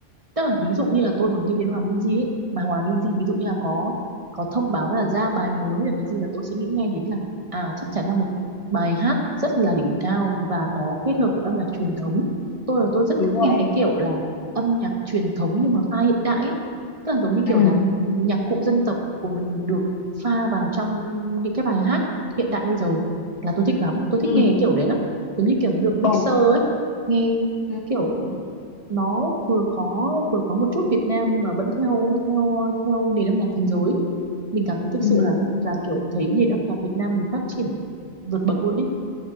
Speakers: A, on the right; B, on the left.
A: tức là ví dụ như là tôi mà nghĩ đến Hòa Minzy ấy, mà Hòa Minzy ví dụ như là có có thông báo là ra bài mới là cái gì là tôi sẽ nghĩ ngay đến là à chắc chắn là một bài hát rất là đỉnh cao và có kết hợp với âm nhạc truyền thống tôi là tôi rất
B: Đúng
A: thích nghe
B: rồi ấy.
A: cái kiểu là âm nhạc truyền thống nhưng mà pha hiện đại ấy. tức là giống như kiểu
B: Ừ.
A: là nhạc cụ dân tộc của mình được pha vào trong những cái bài hát hiện đại bây giờ là tôi thích lắm tôi thích
B: Ừ.
A: nghe cái kiểu đấy lắm giống như kiểu nó được mixer
B: Ồ.
A: ấy nghe
B: Ừ.
A: kiểu nó vừa có vừa có một chút Việt Nam nhưng mà vẫn theo theo theo nền âm nhạc thế giới mình cảm thấy thực
B: Ừ.
A: sự là là kiểu thấy nền âm nhạc Việt Nam mình phát triển vượt bậc luôn ấy